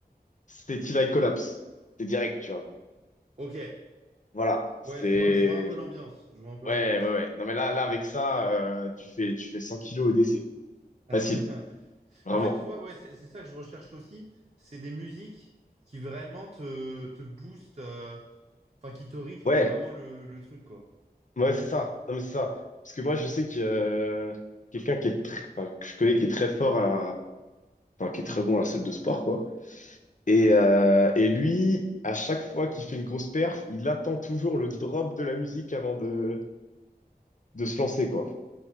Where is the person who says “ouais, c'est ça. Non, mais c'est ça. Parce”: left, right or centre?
Left